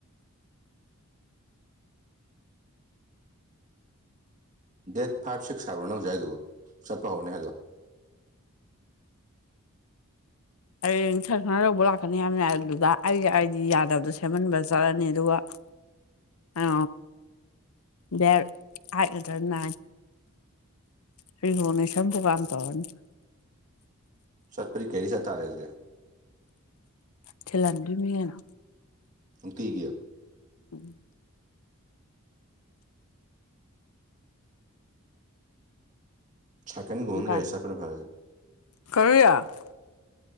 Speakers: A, on the right (about 35°); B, on the left (about 75°).
A: ꯗꯦꯠ ꯐꯥꯏꯚ ꯁꯤꯛꯁ ꯍꯥꯏꯕ꯭ꯔ ꯅ ꯍꯧꯖꯥꯏꯗꯨꯕꯨ ꯆꯠꯄ ꯍꯧꯅꯦ ꯍꯥꯏꯗꯣ
B: ꯍꯌꯦꯊꯔ ꯈꯔ ꯂꯧꯕ ꯂꯥꯛꯀꯅꯤ ꯍꯥꯏꯕꯅꯤ ꯑꯗꯨ ꯑꯗꯨꯗ ꯑꯩꯒꯤ ꯑꯩꯗꯤ ꯌꯥꯗꯕꯗꯣ ꯁꯦꯝꯃꯟꯕ ꯆꯠꯂꯅꯤ ꯑꯗꯨꯒ
A: <unintelligible> <inaudible>
B: ꯑ ꯕꯦꯔ ꯍꯥꯏꯗꯔꯥꯏ ꯁꯤꯁꯨꯅꯤ ꯁꯇ ꯄꯥꯟꯗ ꯍꯅꯤ
A: ꯁꯔꯄꯔꯤ ꯀꯦꯔꯤ ꯁ ꯇꯥꯔꯦꯜꯒꯦ
B: ꯆꯂꯥꯟꯗ ꯃꯤ ꯍꯥꯏꯅ
A: ꯀꯩꯒꯤ
B: ꯎꯝ
A: ꯊꯀꯦꯟ ꯨꯃ
B: ꯅꯨꯄꯥ
A: ꯂꯩꯁꯈꯅ ꯐꯥꯎ
B: ꯀꯔꯤ ꯌꯥꯝ